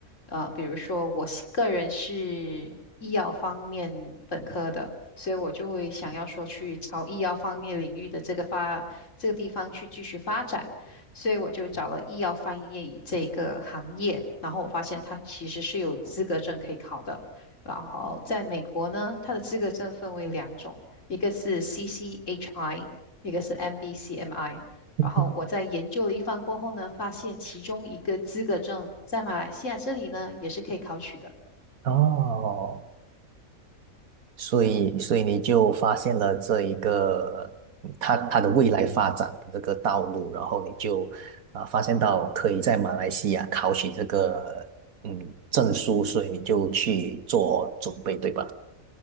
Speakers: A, on the left; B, on the right.
A: 呃，比如说我是个人是医药方面本科的，所以我就会想要说去朝医药方面领域的这个发这个地方去继续发展。所以我就找了医药翻译这个行业，然后我发现它其实是有资格证可以考的。然后在美国呢，它的资格证分为两种，一个是 CCHI，一个是 MBCMI。
B: 嗯
A: 然后我在研究了一番过后呢，发现其中一个资格证在马来西亚这里呢也是可以考取的。
B: 哦，所以，所以你就发现了这一个嗯它它的未来发展的这个道路，然后你就啊、发现到可以在马来西亚考取这个嗯证书，所以你就去做准备，对吧？